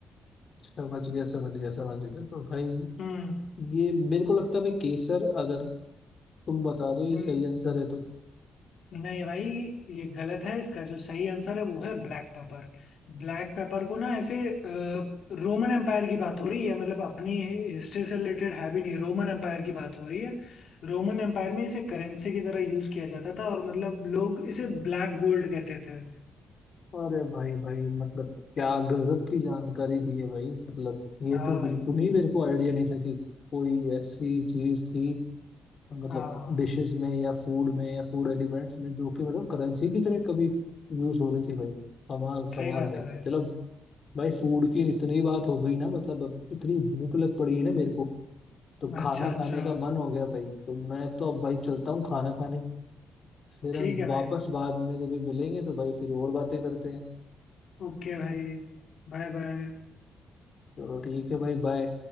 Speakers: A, on the left; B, on the left.
A: समझ गया समझ गया समझ गया तो भाई
B: हम्म
A: ये मेरे को लगता है भाई केसर अगर तुम बता दो ये
B: हम्म।
A: सही आंसर है तो
B: नहीं भाई ये गलत है इसका जो सही आंसर है वो है ब्लैक पेपर ब्लैक पेपर को ना ऐसे रोमन एम्पायर की बात हो रही है मतलब अपनी हिस्ट्री से रिलेटेड है भी नहीं रोमन एम्पायर की बात हो रही है रोमन एम्पायर में इसे करेंसी की तरह यूज किया जाता था और मतलब लोग इसे ब्लैक गोल्ड कहते थे
A: अरे भाई भाई मतलब क्या गजब की जानकारी दी है भाई मतलब ये
B: हाँ
A: तो
B: भाई
A: बिल्कुल ही मेरे को आइडिया नहीं था कि कोई ऐसी चीज थी मतलब
B: हाँ
A: डिशेस में या फूड में या फूड एलिमेंट्स में जो कि मतलब करेंसी की तरह कभी यूज हो रही थी भाई कमाल
B: सही
A: कमाल
B: बात
A: भाई
B: है भाई
A: चलो भाई फूड की इतनी बात हो गई ना मतलब अब इतनी भूख लग पड़ी है ना मेरे को तो खाना
B: अच्छा अच्छा
A: खाने का मन हो गया भाई तो मैं तो अब भाई चलता हूँ खाना खाने फिर
B: ठीक
A: हम
B: है
A: वापस
B: भाई
A: बाद में जब भी मिलेंगे तो भाई फिर और बातें करते हैं
B: ओके भाई Bye bye
A: चलो ठीक है भाई बाय